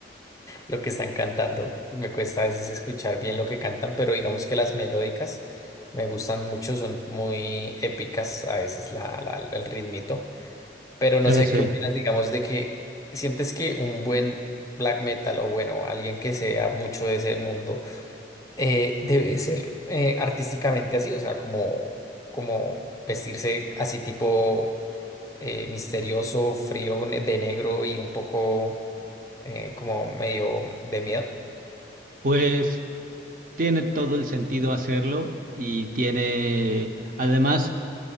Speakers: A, on the left (about 20°); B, on the right (about 45°).
A: lo que están cantando. Me cuesta a veces escuchar bien lo que cantan, pero digamos que las melódicas me gustan mucho, son muy épicas a veces la, la- el ritmito. Pero no
B: sí,
A: sé
B: sí.
A: qué opinas, digamos, de que sientes que un buen black metal o bueno, alguien que sea mucho de ese mundo eh, debe ser eh, artísticamente así, o sea, como, como vestirse así tipo eh, misterioso, frío, ne- de negro y un poco eh, como medio de miedo.
B: Pues. Tiene todo el sentido hacerlo y tiene, además,